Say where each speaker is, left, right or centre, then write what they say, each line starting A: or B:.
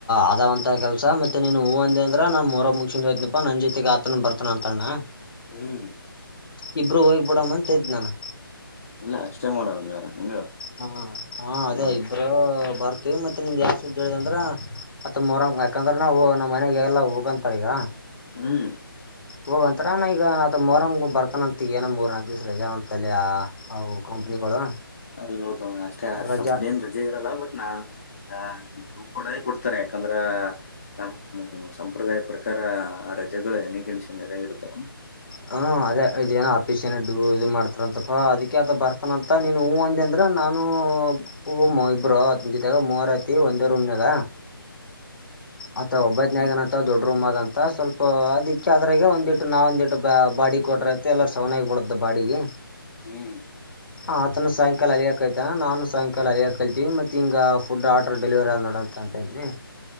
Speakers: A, on the left; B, on the left.
A: ಅದವಂತ ಕೆಲಸ ಮತ್ತೆ ನೀನು ಹೂವು ಅಂದೆ ಅಂದ್ರ ನಾ ಮರ ಮುಗಸ ಹೋಯ್ತನಪ್ಪ ನನ್ ಜೊತೆಗೆ ಆತನ ಬರ್ತಾನ ಅಂತಣ್ಣ.
B: ಹ್ಮ್
A: ಇಬ್ಬರುೂ ಹೋಗ್ಬ ಬಿಡಮ್ಮ ಅಂತ ಇದ್ದ್ ನಾನು.
B: ಇಲ್ಲ ಅಷ್ಟೇ ಮಾಡುವ ಹಂಗಾರ ಹಂಗ.
A: ಹಾ ಹಾ ಅದೇ
B: ಹ್ಮ್
A: ಇಬ್ರು. ಬರ್ತೀವಿ ಮತ್ತೆ ನಿಮ್ ಯಾವ ಸ್ದ ಹೇಳಿದೆ ಅಂದ್ರೆ ಅತ್ತ ಮೊರ ಯಾಕಂದ್ರೆ ನಾವು ನಮ್ಮ ಮನಯಾಗ ಎಲ್ಲ ಹೋಗಂತಾರೆ ಈಗ.
B: ಹ್ಮ್.
A: ಹೋಗಂತರ ನ ಈಗ ನತ ಮೋರಂಗ ಬರ್ತಾನ ಅಂತಗಏನ ಮೂರ್ನಾಾಕು ದಿವಸ ರಜಾ ಅಂತಲ್ಲಿವು ಕಂಪ್ನಿಗಳು.
B: ಹೌದೌದು ಅಷ್ಟೇ
A: ರಜಾ
B: ಕಂಪ್ನಿ ಏ ರಜೆ ಇರಲ್ಲ ಬಟ್. ನಾ. ಹ ನೀವು ಕಡೇ ಕೊಡ್ತಾರೆ ಆಯ್ತು. ಯಾಕಂದ್ರ ನಮ ಸಂಪ್ರದಾಯ ಪ್ರಕಾರ ರಜೆಗಳು ಎನಿ ಕಂಡೀಷನ್ ಎರ ಇರುತ್ತಾವ.
A: ಹ್ಮ ಅದೇ ಇದೇನೋ ಆಫೀಸ್ ಏನ ಡು ಇ ಮಾಡ್ತ ಂತಪ್ಪಾ ಅದಕ್ಕೆ ಅ ಬರ್ತಾನ ಅಂತ ನೀನ್ ಹೂ ಅಂದ ಅಂದ್ರ ನಾನ ಹ್ಮ್ಮ್. ಒಬ್ೋ ಜೊತೆಾಗ ಮೂವರ ಐತಿ ಒಂದು ರೂಮ್ನಾಗ ಆತ್ತ ಒಬ್ಬಕಿ
B: ಹ್ಮ್
A: ಅದನ ಅಂತ ದೊಡ್ಡ ರಮ್ಮ್ ಅಂತ. ಸ್ವಲ್ಪ ಅದಿಕ್ಕೆ ಅದ್ರಾಗೆ ಒಂದ್ಿಟ್ಟು ನಾವ ಒಂದಿಟ್ಟ ಬಾಡಿಗೆ ಕೊಟ್ರಐತೆ ಎಲ್ಲರ ಸವನಾಗಾಗಿ ಬಳತ್ತೆ ಬಾಡಿಗೆ.
B: ಹ್ಮ್
A: ಹ ಆತನ ಸಾಯಂಕಾಲ ಅಲಿಯಕ ಆಯ್ತ. ನಾನು ಸಾಯಂಕಾಲ ಹಲಿಯ ಕಲ್ತೀವಿ ಮತ್ತೆ ಹಿಗ ಫುಡ್ ಆರ್ಡರ್ ಡೆಲಿವರಿ ಆಗಿ ನೋಡ ಅಂತ ಅಂತ ಇದನಿ.